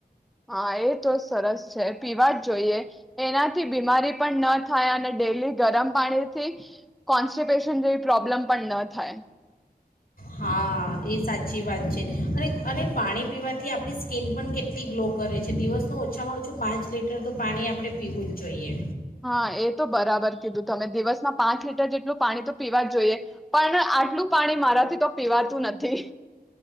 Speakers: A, in the centre; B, on the left.
A: હા એ તો સરસ છે પીવા જ જોઈએ એનાથી બીમારી પણ ન થાય અને ડેલી ગરમ પાણીથી કોન્સ્ટિપેશન જેવી પ્રોબ્લેમ પણ ન થાય
B: હા એ સાચી વાત છે અને અનેરે પાણી પીવાથી આપણી સ્કીિન પણ કેટલી ગ્લો કરે છે દિવસનું ઓછામાં ઓછું પાંચ લીટર તો પાણી આપણે પીવું જ જોઈએ
A: હા એ તો બરાબર કીધું તમે દિવસમાં પાંચ લીટર જેટલું પાણી તો પીવા જ જોઈએ પણ આટલું પાણી મારાથી તો પીવાતું નથી